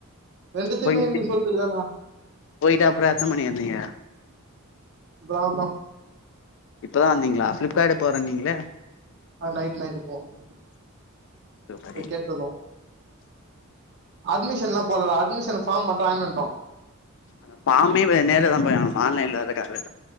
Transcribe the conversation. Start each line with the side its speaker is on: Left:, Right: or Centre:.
Right: ரெண்டத்துமே
Left: போயிட்டு
Right: இன்னைக்கு சொல்ட்டு இதானா
Left: போயிட்டு அப்றோ எத்தன மணிக்கு வந்தீங்க
Right: இப்பதா வந்தோ
Left: இப்பதா வந்தீங்ளா ஃபிளிப்கார்டு போறனீங்களே
Right: அது நைட் நைட்டு போவோ போய்
Left: சூப்பரு
Right: கேட்டு வந்தோ அது சென்னா போடல அட்மிஷன் ஃபார்ம் மட்டு வாங்கிட்டு வந்ட்டோ
Left: அந்த ஃபாமே வ நேர்லதா போய்வாங்கனுமா ஆன்லைன் ல வாங்கறக்கு ஆகாது